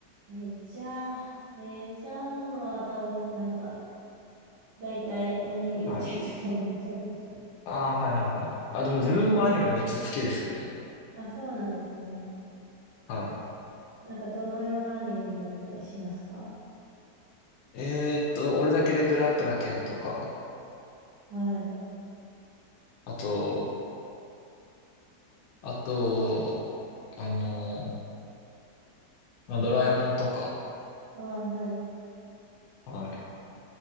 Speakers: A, on the right (about 75°); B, on the left (about 75°).
A: メジャー、メジャーなのは多分なんか大体アニメ見いなとかになっちゃいますかね。
B: はいああ、はいはいはい。あ、でも自分もアニメめっちゃ好きですけどね。
A: あ、そうなんですね。
B: は
A: なんかどのようなアニメ見られたりしますか
B: い。えーっと、俺だけでブラッドな剣とか、
A: はい。
B: あと、あと、あのまあ、ドラえもんとか、
A: ああ、はい。
B: はい。